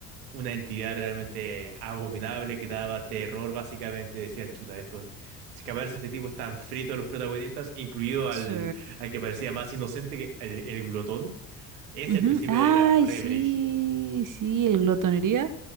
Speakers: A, on the right; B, on the right.
A: una entidad realmente abominable que daba terror, básicamente. Decía, chuta, estos, si que aparece este tipo están fritos los protagonistas, incluido al,
B: Sí.
A: al que parecía más inocente que el, el glotón. Ese
B: Ujú.
A: al principio
B: Ay,
A: era re
B: sí,
A: brígido.
B: sí, el glotonería.